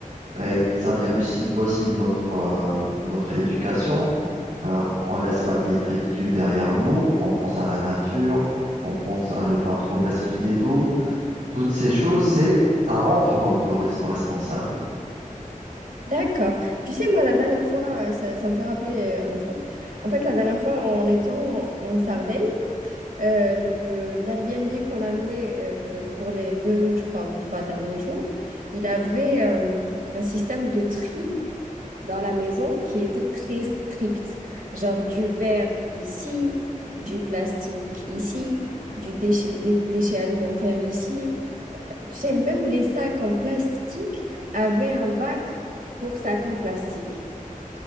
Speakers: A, on the right; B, on the right.
A: Et ça vient aussi, aussi de notre, euh, notre éducation. Euh, on laisse pas de détritus derrière nous. On pense à la nature. On pense à ne pas trop gaspiller d'eau. Toutes ces choses, c'est, ça rentre dans le tourisme responsable.
B: D'accord. Tu sais, moi la dernière fois, euh, ça, ça me fait rappeler euh, un truc. En fait, la dernière fois, en étant en, en Sardaigne, euh, le, euh, l'Airbnb qu'on a loué euh, pour les deux, je crois, ou trois derniers jours, il avait euh, un système de tri. dans la maison qui était très stricte. Genre du verre ici, du plastique ici, du déchet, des déchets alimentaires ici. Tu sais, même les sacs en plastique avaient un bac pour sacs en plastique.